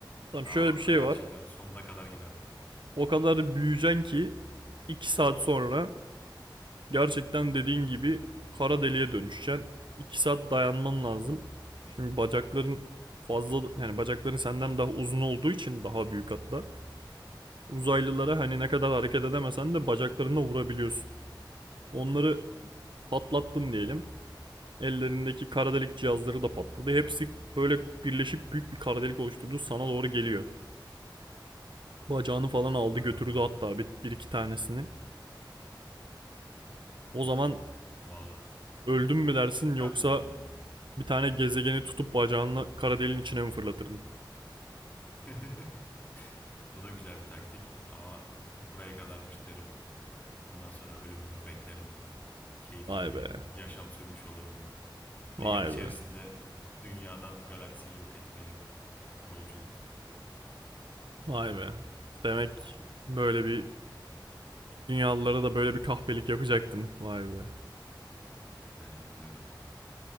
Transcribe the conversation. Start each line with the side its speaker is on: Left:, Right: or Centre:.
Right: Tamam
Left: Ama
Right: şöyle bir
Left: böyle
Right: şey
Left: her
Right: var.
Left: şeyin böyle sonuna kadar giderdim.
Right: O kadar büyüyeceksin ki 2 saat sonra gerçekten dediğin gibi kara deliğe dönüşeceksin. 2 saat dayanman lazım. Şimdi bacakların fazla yani bacakların senden daha uzun olduğu için daha büyük hatta. Uzaylılara hani ne kadar hareket edemesen de bacaklarına vurabiliyorsun. Onları patlattın diyelim. Ellerindeki kara delik cihazları da patladı. Hepsi böyle birleşip büyük bir kara delik oluşturdu. Sana doğru geliyor. Bacağını falan aldı
Left: Bana
Right: götürdü
Left: doğru geliyor.
Right: hatta bir, bir iki tanesini. O zaman
Left: Vallahi
Right: öldüm mü dersin
Left: Beklerdim
Right: yoksa
Left: ya.
Right: bir tane gezegeni tutup bacağınla kara deliğin içine mi fırlatırdın?
Left: <laughs> o da güzel bir taktik ama buraya kadarmış derim. Ondan sonra ölümümü beklerim. Keyifli
Right: Vay
Left: bir
Right: be.
Left: yaşam sürmüş olurum böyle.
Right: Vay
Left: Bir gün içerisinde
Right: be.
Left: dünyadan galaksiyi yok etmeye yolculuk.
Right: Vay be. Demek böyle bir dünyalılara da böyle bir kahpelik yapacaktın. Vay be.
Left: Aynen öyle.